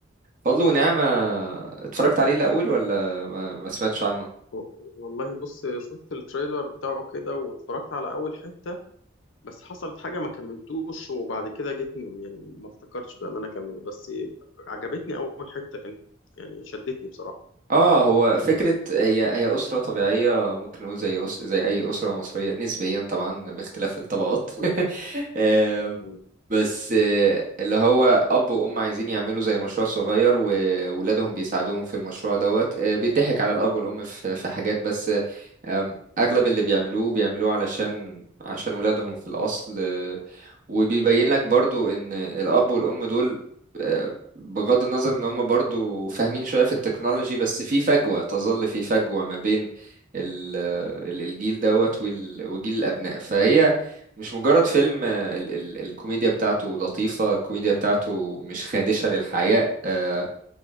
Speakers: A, on the right (about 45°); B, on the left (about 75°).
A: فضل ونعمة اتفرجت عليه الاول ولا ما ما سمعتش عنه
B: و- والله بص شفت التريلر بتاعه كده واتفرجت على اول حته بس حصلت حاجة ما كملتوش وبعد كده جيت م- يعني ما افتكرتش بأمانة أكمله بس عجبتني أول حتة كانت يعني شدتني بصراحة
A: اه هو فكرة هي هي أسرة طبيعية ممكن نقول زي أس... زي أي أسرة مصرية نسبيا طبعا باختلاف الطبقات <laughs> آه،
B: مم.
A: بس آه، اللي هو أب وأم عايزين يعملوا زي مشروع صغير وولادهم بيساعدوهم في المشروع دوت آه، بيضحك على الأب والأم في في حاجات بس آه، آم، أغلب اللي بيعملوه بيعملوه علشان عشان ولادهم في الأصل وبيبين لك برضو ان الاب والام دول آه، بغض النظر ان هم برضو فاهمين شوية في التكنولوجي بس في فجوة تظل في فجوة ما بين ال- ال- الجيل دوت وال- وجيل الابناء فهي مش مجرد فيلم آه، ال ال الكوميديا بتاعته لطيفة الكوميديا بتاعته مش خادشة للحياء آه،